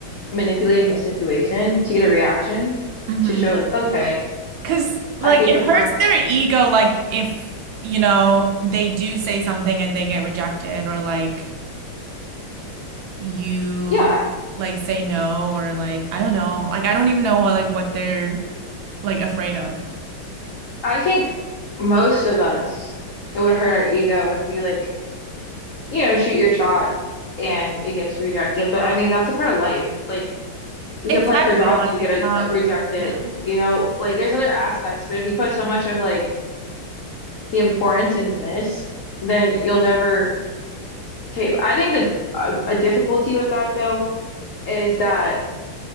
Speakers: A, on the left; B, on the right.
A: manipulating the situation to get a reaction
B: Mm-hmm.
A: to show like, okay,
B: Because like
A: I can
B: it
A: confirm
B: hurts
A: it.
B: their ego like if you know they do say something and they get rejected or like you
A: Yeah,
B: like say no or like I don't know. Like I don't even know what like what they're like afraid of.
A: I think most of us, it would hurt our ego if you like, you know, shoot your shot and it gets rejected. But I mean, that's a part of life. Like we
B: Exactly.
A: apply for jobs,
B: Like
A: we
B: it's
A: get a,
B: not
A: uh, rejected.
B: yeah.
A: You know, like there's other aspects, but if you put so much of like the importance in this, then you'll never take. I think the a, a difficulty with that though is that